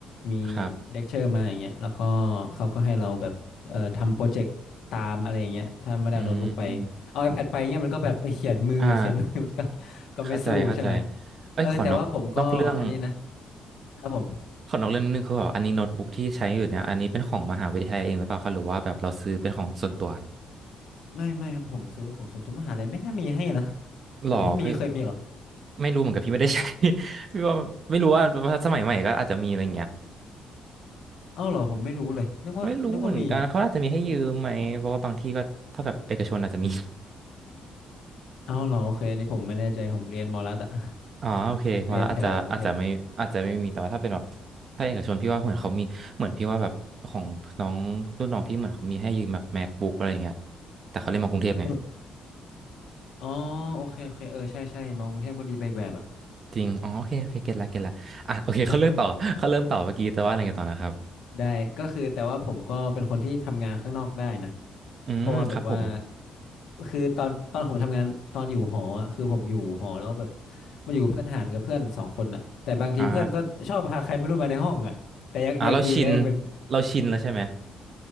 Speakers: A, on the left; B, on the right.
A: มี
B: ครับ
A: เลคเชอร์มาอย่างเงี้ยแล้วก็เขาก็ให้เราแบบเออทำโปรเจกต์ตามอะไรอย่างเงี้ยถ้าไม่ได้เอาโน้ตบุ๊กไปเอา
B: อืมอืม
A: iPad ไปเงี้ยมันก็แบบเออเขียนมือ
B: อ่า
A: <laughs> เขียนมือ <laughs> มันก็ก็ไม่สู้ใช่ไหม
B: เข้าใจเข้าใจเอ้ยขอนอกนอกเรื่อง
A: เออแต่ว่าผมก็อันนี้นะครับผม
B: ขอนอกเรื่องนิดนึงคือแบบอันนี้โน้ตบุ๊กที่ใช้อยู่เนี่ยอันนี้เป็นของมหาวิทยาลัยเองหรือเปล่าคะหรือว่าแบบเราซื้อเป็นของส่วนตัว
A: ไม่ไม่ครับผมซื้อของศูนย์ทุกมหาลัยไม่น่ามีให้นะ
B: หรอพี่
A: ของพี่มีเคยมีเหรอ
B: ไม่รู้เหมือนกันพี่ไม่ได้ใช้ <laughs> พี่ว่าไม่รู้ว่าว่าสมัยใหม่ก็อาจจะมีอะไรเงี้ย
A: อ้าวเหรอผมไม่รู้เลยนึกว่านึกว่ามี
B: ไม่รู้เหมือนกันเขาอาจจะมีให้ยืมไหมเพราะว่าบางที่ก็ถ้าแบบเอกชนอาจจะมี <laughs>
A: เอ้าเหรอโอเคอันนี้ผมไม่แน่ใจผมเรียนมอลัดอะ <laughs>
B: อ๋อโอเคมาแล้วอาจจะอาจจะไม่อาจจะไม่มีแต่ว่าถ้าเป็นแบบ
A: เรียนแถวกรุงเทพใช่
B: ถ้าเอกชนพี่ว่าเหมือนเขามีเหมือนพี่ว่าแบบของน้องรุ่นน้องพี่เหมือนเขามีให้ยืมแบบ MacBook อะไรอย่างเงี้ยแต่เขาเล่นมากรุงเทพไง
A: เอออ๋อโอเคโอเคเออใช่ใช่มากรุงเทพก็ดีไปอีกแบบอะ
B: จริงอ๋อโอเคโอเคเก็ตละเก็ตละอ่ะโอเค <laughs>
A: ใช่
B: เขาเริ่มต่อเขาเริ่มต่อเมื่อกี้แต่ว่าอะไรเงี้ยต่อนะครับ
A: ได้ก็คือแต่ว่าผมก็เป็นคนที่ทำงานข้างนอกได้นะ
B: อืมครับผม
A: เพราะว่าแบบว่าคือตอนตอนผมทำงานตอนอยู่หออะคือผมอยู่หอแล้วแบบมันอยู่กับเพื่อนหารกับเพื่อนสองคนอะแต่บางทีเพื่อนก็ชอบพาใครไม่รู้มาในห้องอะแต่ยังยังดีนะยังเป็น
B: อ่า อ่าเราชินเราชินแล้วใช่ไหม